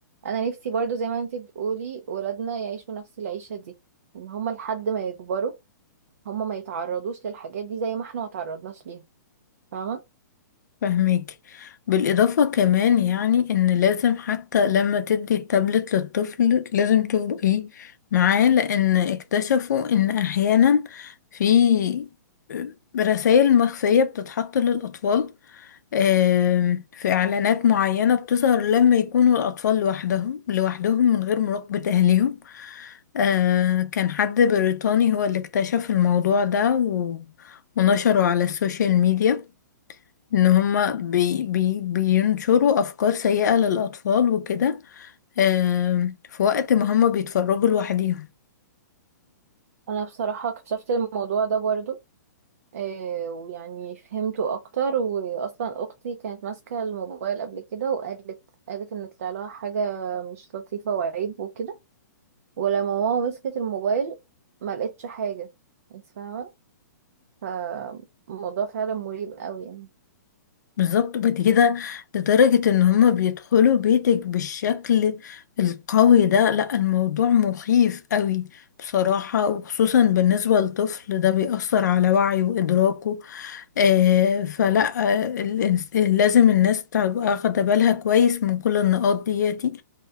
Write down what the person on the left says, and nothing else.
فهميك بالإضافة كمان يعني إن لازم حتى لما تدي التابلت للطفل لازم تبقي معاه لأن اكتشفوا إن أحيانا في رسائل مخفية بتتحط للأطفال آم، في إعلانات معينة بتظهر لما يكونوا الأطفال لوحدهم لوحدهم من غير مراقبة أهلهم آه، كان حد بريطاني هو اللي اكتشف الموضوع ده و- ونشره على السوشيال ميديا ان هما بي بي بينشروا افكار سيئة للاطفال وكده آم، في وقت ما هما بيتفرجوا لوحديهم
بالظبط بعد كده لدرجة ان هما بيدخلوا بيتك بالشكل القوي ده لا الموضوع مخيف قوي بصراحة وخصوصا بالنسبة للطفل ده بيأثر على وعيه وإدراكه آه فلا آه الإنس- لازم الناس تبقى واخدة بالها كويس من كل النقاط دياتي